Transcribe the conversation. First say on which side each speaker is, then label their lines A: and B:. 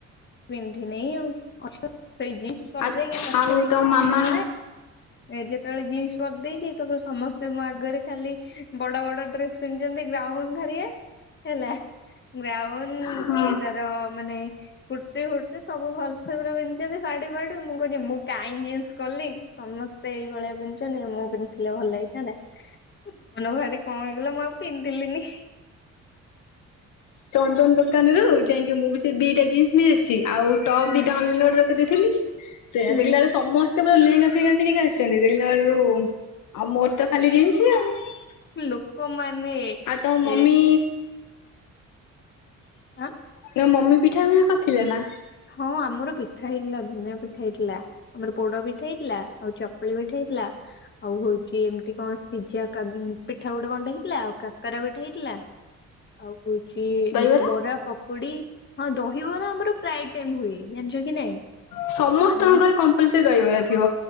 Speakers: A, on the left; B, on the left.
A: ପିନ୍ଧି ନାଇଁ ଆଉ ସେଇ ଜିନ୍ସ କରିଦେଇକି
B: ଆ
A: ପଛରେ
B: ଆଉ ତମ
A: ସୁା
B: ମାମା
A: ଏ ଯେତେବେଳେ ଜିନ୍ସ କରିଦେଇଛି ତାପ ସମସ୍ତେ ମୋ ଆଗରେ ଖାଲି ବଡ ବଡ ଡ୍ରେସ। ତମି ଯେତି ଗ୍ରାଉଣ୍ଡ ଧରି ହେଲା। ବ୍ରାଉନ
B: ହଁ
A: କିଏ ତାର ମାନେ। କୁର୍ତ୍ତି ଫୁର୍ତ୍ତି ସବୁଲସ ପୁରା ପିନ୍ଧିଛନ୍ତି ଶାଢୀ ଗୁଡିୀ ମୁଁ କହୁଛି ମୁଁ କାଇଣ୍ଡ ଜିନ୍ସ କଲି ସମସ୍ତେ ସେ ସେଇଭଳିଆ ପିନ୍ଧିୁଛନ୍ତିି ମୁଁ ପିନ୍ଧିଥିଲେ ଭଲ ହେଇଥାନ୍ତା ମନ ଘହାରିକି କଣ ହେଇଗଲା ମୁଁ ଆଉ ପିନ୍ଧିଲିନି।
B: ଚନ୍ଦନ ଦୋକାନରୁ ଯାଇକି ମୁଁ ବି ସେ ଦିଟା ଜିନିଷ ନେଇଆସିଛି ଆଉ ଟପ୍
A: ହୁଁ।
B: ବି ଡାଉନଲୋଡ କରି ଦଥିଲି ସେଇଆ
A: ହୁଁ
B: ଦେଖିଲା ବେଳୁ ସମସ୍ତେ ପୁର ଲେଙ୍ଗା ଫିଙ୍ଗା ପିନ୍ଧି କି ଆସିଛନ୍ତି ଦେଖିଲା ବେଳକୁ ଆଉ ମୋର ତ ଖାଲି ଜିନସ୍ ଆଉ।
A: ଲୋକମାନେ
B: ଆଉ ତମ ମମି
A: ଏ ହଁ।
B: ତୋ ମମି ପିଠା ପିଠା କରିଥିଲେ ନା।
A: ହଁ ଆମର ପିଠା ହେଇଥିଲା ଦୁନିଆ ପିଠା ହେଇଥିଲା। ଆମର ପୋଡ ପିଠାହେଇଥିଲା ଆଉ ଚକୁଳି ପିଠାହେଇଥିଲା। ଆଉ ହଉଛି ଏମିତି କଣ ସିଝା ପିଠା ଗୋଟେ କଣଟେ ହେଇଥିଲା ଆଉ କାକରା ପିଠା ହେଇଥିଲା। ଆଉ ହଉଛି
B: ଦହିବରା?
A: ଏମତି ବରା ପକୁଡି ହଁ ଦହିବରା ଆମର ପ୍ରାଏ ଟାଇମ୍ ହୁଏ ଯାଣିଛ କି ନାଇଁ?
B: ସମସ୍ତଙ୍କ
A: ମାନେ
B: ଘରେ କମ୍ପଲସରି ଦହିବରା ଥିବ।